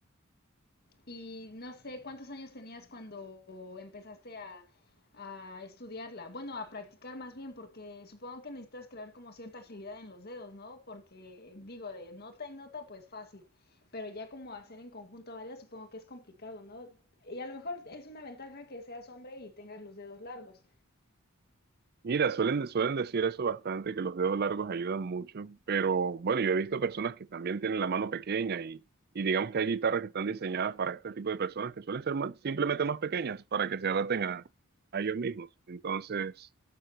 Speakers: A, on the left; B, on the right.
A: Y no sé cuántos años tenías cuando empezaste a, a estudiarla. Bueno, a practicar más bien, porque supongo que necesitas crear como cierta agilidad en los dedos, ¿no? Porque digo, de nota en nota, pues fácil. Pero ya como hacer en conjunto varias, supongo que es complicado, ¿no? Y a lo mejor es una ventaja que seas hombre y tengas los dedos largos.
B: Mira, suelen, suelen decir eso bastante, que los dedos largos ayudan mucho, pero bueno, yo he visto personas que también tienen la mano pequeña y, y digamos que hay guitarras que están diseñadas para este tipo de personas que suelen ser más- simplemente más pequeñas para que se adapten a, a ellos mismos. Entonces,